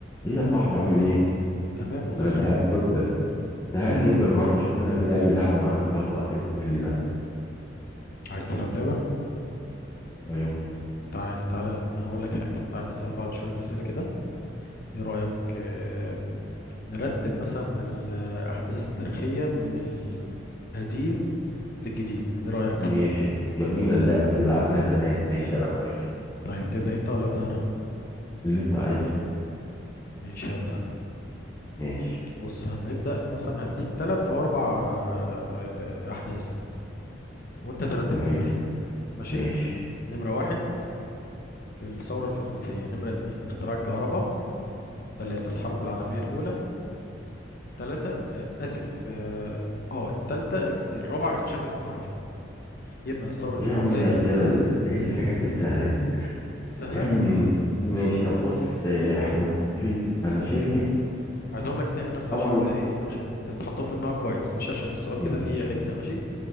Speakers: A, on the left; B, on the left.
A: ايه يا صاحبي عامل ايه؟
B: تمام والله
A: انا
B: الحمد
A: زهقان
B: لله
A: جدا زهقان جدا النهارده شوف لنا كده اي لعبه نعدي بيها الوقت الممل ده
B: عايز تلعب لعبة
A: ايوه
B: تعال تعال أنا هقول لك حاجة تعال نسأل بعض شوية أسئلة كده ايه رأيك آه، نرتب مثلا الأحداث التاريخية من القديم للجديد ايه رأيك
A: ماشي جميله اللعبه دي لعبناها زمان ماشي انا موافق
B: طيب تبدأ انت ولا أبدأ انا
A: اللي انت عايزه
B: ماشي هبدأ انا
A: ماشي
B: بص هنبدأ مثلا هديك تلات او اربع آه، آه، آه، أحداث وانت ترتبهم
A: تمام
B: لي ماشي
A: ماشي
B: نمرة واحد الثورة الفرنسية نمرة اتنين اختراع الكهرباء تلاتة الحرب العالمية الأولى ثلاثة آه، آسف اه آه، التالتة اكت- الرابعة اكتشاف الكهرباء يبقى الثورة الفرنسية
A: ايه يا عم الاسئله ال- ايه الحاجات السهله دي
B: سهلة
A: <clears throat> ماشي طب بص آه، احنا ممكن انا شاكك
B: هعيدهم لك تاني بس
A: طبعا
B: عشان انت ايه عشان ت- تحطهم في دماغك كويس مش عشان السؤال
A: ماشي
B: كده فيه حتة ماشي